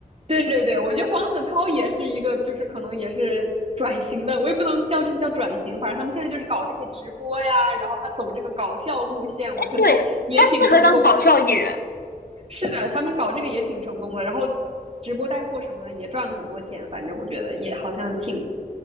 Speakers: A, on the right (about 40°); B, on the left (about 80°).
A: 对对对，我觉得黄子韬也是一个，就是可能也是转型的，我也不能叫这个叫转型，反正他们现在就是搞这些直播呀，然后他走这个搞笑路线，我觉得
B: 对，
A: <laughs> 也挺成功的。
B: 他适合当搞笑艺人。
A: 是的，他们搞这个也挺成功的，然后直播带货什么的也赚了很多钱，反正我觉得也好像挺，